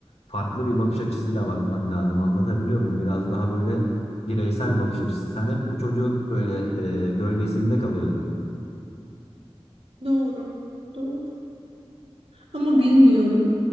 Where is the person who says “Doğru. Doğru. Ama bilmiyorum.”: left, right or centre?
Right